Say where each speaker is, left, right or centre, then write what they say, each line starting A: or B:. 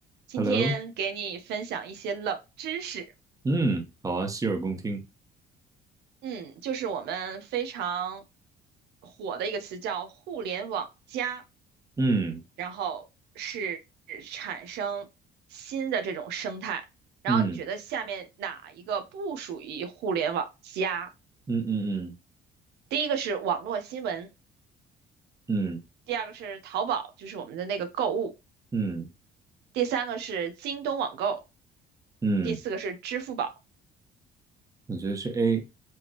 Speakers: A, on the right; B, on the right.
A: 今天给你分享一些冷知识，
B: Hello，嗯，好啊，洗耳恭听。
A: 嗯，就是我们非常火的一个词叫“互联网加”，
B: 嗯
A: 然后是产生新的这种生态。然后你觉得下面哪一个不属于互联网加？
B: 嗯嗯嗯
A: 第一个是网络新闻，
B: 嗯嗯
A: 第二个是淘宝，就是我们的那个购物，
B: 嗯
A: 第三个是京东网购，
B: 嗯，
A: 第四个是支付宝。
B: 我觉得是 A，